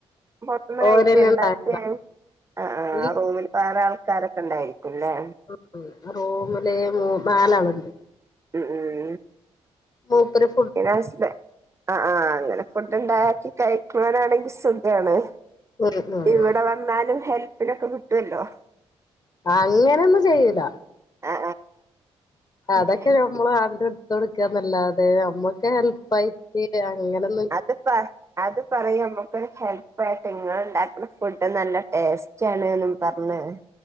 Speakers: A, on the right; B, on the left.
A: പൊർത്ത്ന്ന് കഴിക്കെ
B: ഓരന്നെ
A: ണ്ടാക്കെ
B: ഉണ്ടാക്കലാ
A: അ ആ
B: ഇല്ല
A: റൂ വേറെ ആൾക്കാരൊക്കെ ണ്ടായിരിക്കുംല്ലേ
B: ഉം ഉം റൂമില് മൂ നാലാള്ണ്ട്
A: ഉം ഉം
B: മൂപ്പരും
A: ന്റെ ഹസ്ബെ ആ ആ അങ്ങനെ ഫുഡ്ണ്ടാക്കി കഴിക്ക്‌നോരാണെങ്കി സുഖാണ്
B: ഉം ഉം
A: ഇവടെ വെന്നാലും ഹെൽപ്പിനൊക്കെ കിട്ടൊല്ലോ
B: അങ്ങനൊന്നും ചെയ്യൂല
A: ആ
B: അതൊക്കെ
A: ആ
B: നമ്മളാണ്ട്ട്ത്തൊട്ക്ക ന്നല്ലാതെ നമ്മക്ക് ഹെൽപ്പായിട്ട് അങ്ങനെ
A: അത്പ്പാ അത് പറയും നമ്മക്കൊരു ഹെൽപ്പായിട്ട് ഇങ്ങള്ണ്ടാക്ക്‌ണ ഫുഡ് നല്ല ടേസ്റ്റാണ്ന്നും പർഞ്